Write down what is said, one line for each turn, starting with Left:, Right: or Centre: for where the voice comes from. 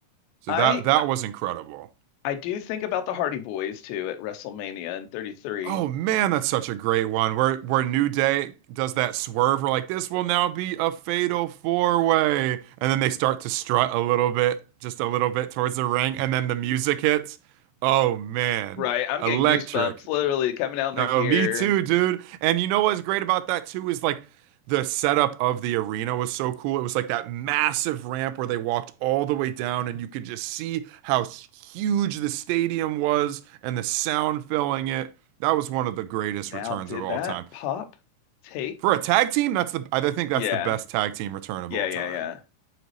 Right: So
Left: I
Right: that that was incredible.
Left: I do think about the Hardy Boys too at WrestleMania in 33.
Right: Oh man, that's such a great one. Where where New Day does that swerve, we're like, this will now be a fatal four way. And then they start to strut a little bit, just a little bit towards the ring, and then the music hits. Oh man,
Left: Right. I'm
Right: electric.
Left: getting goosebumps literally coming out in their
Right: No,
Left: gear.
Right: me too, dude. And you know what's great about that too is like the setup of the arena was so cool. It was like that massive ramp where they walked all the way down, and you could just see how huge the stadium was and the sound filling it. That was one of the greatest
Left: Now,
Right: returns
Left: did
Right: of all
Left: that
Right: time.
Left: pop take?
Right: For a tag team, that's the I think that's
Left: Yeah.
Right: the best tag team return of
Left: Yeah,
Right: all
Left: yeah,
Right: time.
Left: yeah.